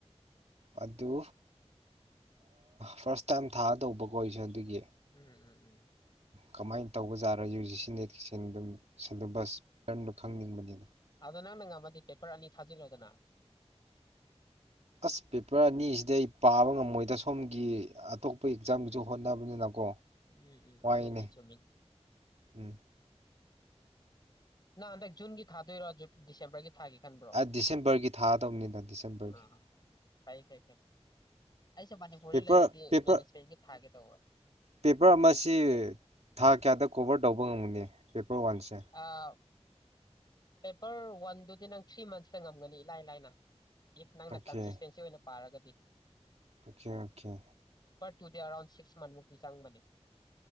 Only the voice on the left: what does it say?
ꯎꯝ ꯎꯝ ꯎꯝ
ꯑꯗꯣ ꯅꯪ ꯅꯪ ꯉꯝꯃꯗꯤ ꯄꯦꯄꯔ ꯑꯅꯤ ꯊꯥꯖꯤꯜꯂꯣꯗꯅ
ꯎꯝ ꯎꯝ
ꯑꯗ ꯎꯗꯤ ꯆꯃꯤ
ꯅ ꯑꯗ ꯨꯟꯒꯤ ꯊꯥꯗꯣꯏꯔꯣ ꯗꯤꯁꯦꯝꯕꯔꯒꯤ ꯊꯥꯒꯦ ꯈꯟꯕ꯭ꯔꯣ
ꯑꯥ ꯐꯩ ꯐꯩ ꯐꯩ ꯑꯩꯁꯨ ꯃꯅꯤꯄꯨꯔꯗ
ꯂꯩꯔꯗꯤ ꯃꯦꯅꯦꯖꯃꯦꯟꯒꯤ ꯊꯥꯒꯦ ꯇꯧꯕ
ꯑꯥ ꯄꯦꯄꯔ ꯋꯥꯟꯗꯨꯗꯤ ꯅꯪ ꯊ꯭ꯔꯤ ꯃꯟꯁꯇ ꯉꯝꯒꯅꯤ ꯏꯂꯥꯏ ꯂꯥꯏꯅ ꯏꯐ ꯅꯪꯅ
ꯀꯟꯁꯤꯁꯇꯦꯟꯁꯤ ꯑꯣꯏꯅ ꯄꯥꯔꯒꯗꯤ
ꯇꯨꯗꯦ ꯑꯦꯔꯥꯎꯟ ꯁꯤꯛꯁ ꯃꯟꯊꯃꯨꯛꯇꯤ ꯆꯪꯕꯅꯦ